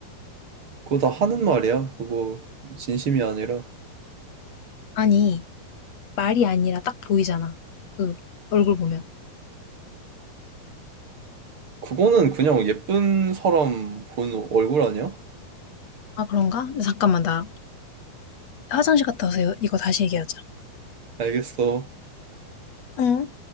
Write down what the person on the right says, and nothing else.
그거 다 하는 말이야. 그거 진심이 아니라.
그거는 그냥 예쁜 사람 본 얼굴 아니야?
알겠어.